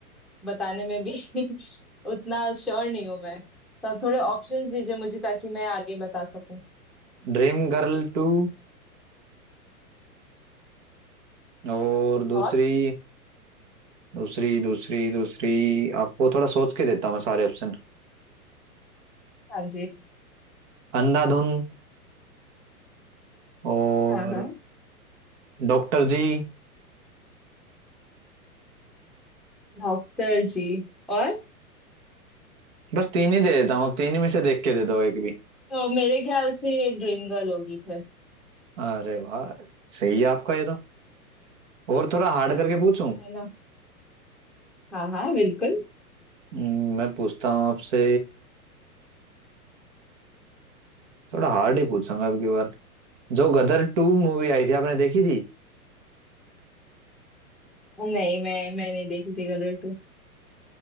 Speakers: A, in the centre; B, on the right.
A: बताने में भी <laughs> उतना श्योर नहीं हूँ मैं तो आप थोड़े ऑप्शंस दीजिए मुझे ताकि मैं आगे बता सकूं
B: ड्रीम गर्ल टू और
A: और
B: दूसरी दूसरी दूसरी दूसरी आपको थोड़ा सोच के देता हूँ मैं सारे ऑप्शन
A: हाँ जी
B: अंधाधुन और
A: हाँ हाँ
B: डॉक्टर जी
A: डॉक्टर जी और
B: बस तीन ही दे देता हूँ आप तीन ही में से देख के दे दो एक भी
A: तो मेरे ख्याल से ये ड्रीम गर्ल होगी फिर
B: अरे वाह सही है आपका ये तो और थोड़ा हार्ड करके पूछूं
A: है ना हाँ हाँ बिल्कुल
B: हम्म, मैं पूछता हूँ आपसे थोड़ा हार्ड ही पूछूंगा अब की बार जो गदर टू मूवी आई थी आपने देखी थी
A: नहीं मैं मैं नहीं देखी थी गदर टू